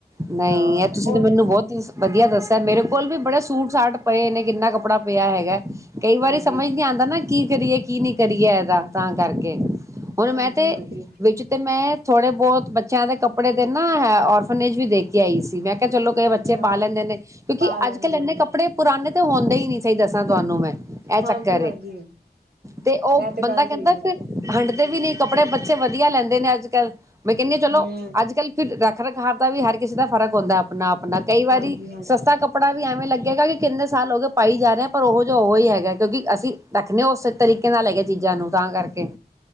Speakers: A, on the right; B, on the right.
A: ਨਹੀਂ
B: ਹਾਂ
A: ਹੈ। ਤੁਸੀਂ
B: ਉਹ
A: ਤਾਂ ਮੈਨੂੰ ਬਹੁਤ ਵਧੀਆ ਦੱਸਿਆ ਮੇਰੇ ਕੋਲ ਵੀ ਬੜੇ ਸੂਟ ਸਾਟ ਪਏ ਨੇ ਕਿੰਨਾ ਕੱਪੜਾ ਪਿਆ ਹੈਗਾ। ਕਈ ਵਾਰੀ
B: ਹਾਂਜੀ
A: ਸਮਝ ਨੀ ਆਉਂਦਾ ਨਾ ਕੀ ਕਰੀਏ। ਕੀ ਨੀ ਕਰੀਏ ਇਹਦਾ ਤਾਂ ਕਰਕੇ ਹੁਣ
B: ਹਾਂਜੀ
A: ਮੈਂ ਤੇ
B: ਹਾਂਜੀ
A: ਵਿੱਚ ਤੇ ਮੈਂ ਥੋੜ੍ਹੇ ਬਹੁਤ ਬੱਚਿਆਂ ਦੇ ਕੱਪੜੇ ਤੇ ਨਾ ਹੈ ਔਰਫਨੇਜ ਵੀ ਦੇ ਕੇ ਆਈ ਸੀ। ਮੈਂ ਕਿਹਾ ਚਲੋ ਕਈ ਬੱਚੇ
B: ਅੱਛਾ
A: ਪਾ ਲੈਂਦੇ ਨੇ। ਕਿਉਂਕਿ
B: ਪਾ ਲੈਂਦੇ
A: ਅੱਜ ਕੱਲ੍ਹ ਇੰਨੇ
B: ਨੇ
A: ਕੱਪੜੇ ਪੁਰਾਣੇ ਤੇ ਹੁੰਦੇ ਹੀ ਨਹੀ। <inaudible> ਸ ਦੱਸਾ ਤੁਹਾਨੂੰ ਮੈਂ, ਇਹ ਚੱਕਰ
B: ਹਾਂਜੀ ਹਾਂਜੀ
A: ਏ ਤੇ
B: ਇਹ
A: ਉਹ ਬੰਦਾ
B: ਗੱਲ
A: ਕਹਿੰਦਾ
B: ਸਹੀ ਹੈ
A: ਫਿਰ ਹੰਡਦੇ ਵੀ ਨਹੀਂ। ਕੱਪੜੇ ਬ ਬੱਚੇ ਵਧੀਆ ਲੈਂਦੇ ਨੇ ਅੱਜ ਕੱਲ। ਮੈਂ ਕਹਿੰਦੀ ਹਾਂ ਚਲੋ
B: ਹਮ
A: ਅੱਜ ਕੱਲ੍ਹ ਫਿਰ ਰੱਖ ਰਖਾਵ ਦਾ ਵੀ ਹਰ ਕਿਸੇ ਦਾ ਫ਼ਰਕ ਹੁੰਦਾ ਆਪਣਾ ਆਪਣਾ। ਕਈ ਵਾਰੀ
B: ਹਾਂਜੀ ਹਾਂਜੀ
A: ਸਸਤਾ ਕੱਪੜਾ ਵੀ ਐਵੇਂ ਲੱਗੇਗਾ ਕਿ ਕਿੰਨੇ ਸਾਲ ਹੋ ਗਏ ਪਾਈ ਜਾ ਰਹੇ ਪਰ ਉਹ ਜੈ ਉਹ ਹੀ ਹੈਗਾ ਕਿਉਂਕਿ ਅਸੀਂ ਰੱਖਦੇ ਹਾਂ ਉਸ ਤਰੀਕੇ। ਨਾਲ ਲੈ ਗਿਆ ਚੀਜ਼ਾਂ ਨੂੰ ਤਾਂ ਕਰਕੇ।